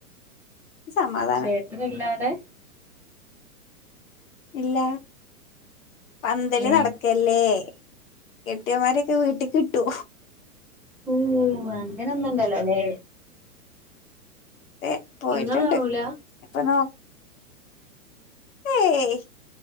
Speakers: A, on the left; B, in the centre.
A: സമാധാനം
B: ചേട്ടനില്ലാടെ
A: ഇല്ല പന്തല്
B: ഏഹ്
A: നടക്കല്ലേ കെട്ടിയമാരൊക്കെ വീട്ടിൽ കിട്ടൊ
B: ഓ അങ്ങനൊന്നുണ്ടല്ലോല്ലേ
A: അതെ പോയിട്ട്ണ്ട്
B: ഇങ്ങള് കാണൂല
A: ഇപ്പൊ നോ- ഏയ്